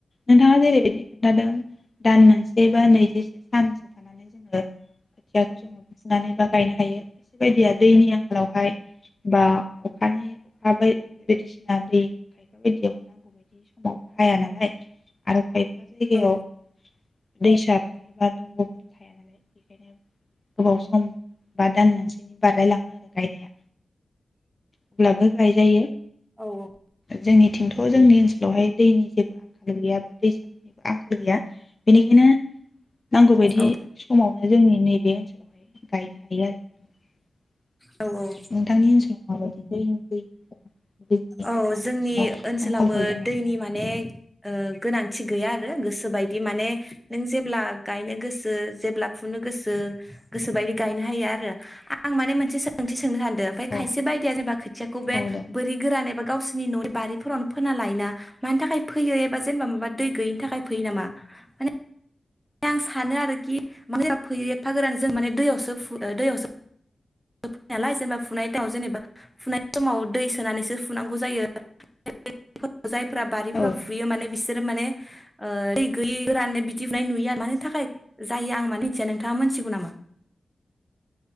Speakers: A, on the left; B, in the centre.
A: नोंथाङा जेरैबायदि खोन्थादों दान मोनसे बा नैजिसे सानसो थानानै जोङो खोथियाखौ जोङो बुखुनानै बा गायनो हायो। खायसे बायदिया दैनि आंखालावहाय बा अखानि अखा बाय बे बायदिसिना दै खायफा बायदियाव नांगौ बायदि बे समाव हाया नालाय आरो खाय फा जायगायाव
B: औ
A: दैसाफोर बा दंगफोर थाया नालाय बेखायनो गोबाव सम बा दान मोनसेनि बारलाय लाङो आरो गायनाया। अब्लाबो गायजायो।
B: औ
A: जोंनि थिंथ जोंनि ओन सोलावहाय दैनि जेबो आंखाल गैया बा दैसाफोरनिबो आंखाल गैया। बेनिखायनो नांगौ बायदि
B: औ
A: समावनो जोंनि नैबे ओनसोलावहाय गायनो हायो आरो नोंथां।
B: औ औ
A: नोंथांनि ओनसोलाव माबायदि दै दै दैनि खहा
B: औ जोंनि
A: एबा
B: ओनसोलावबो
A: आंखालफोर दङ नामा?
B: दैनि माने ओ गोनांथि गैया आरो गोसोबायदि माने नों जेब्ला गायनो गोसो जेब्ला फुनो गोसो गोसोबायदि गायनो हायो आरो आं माने मोनसे सोंथि सोंनो सान ओमफ्राय
A: औ
B: खायसे बायदिया जेनेबा खोथियाखौ बे
A: औ दे
B: बोरै एबा गावसनि ननि बारिफोरावनो फोना लायोना मानि थाखाय फैयो एबा जेनेबा माबा दै गैयिनि थाखाय फैयो नामा? माने आं सानो आरोखि <unintelligible> माना फैयो एफा गोरान जों माने दैयावसोु दैयावसो फु यो नालाय जेनेबा फुनाय माव जेनेबा फुनाय समाव दै सोनानैसो फुनांगौ जायो <unintelligible> जायफ्रा बारिफ्राव
A: औ
B: फुयो माने बिसो माने दै गैयि राननाय बिदिफनाय नुयो आरो मानि थाखाय जायो आं मानो मिथिया नोंथाङा मोनथिगौ नामा?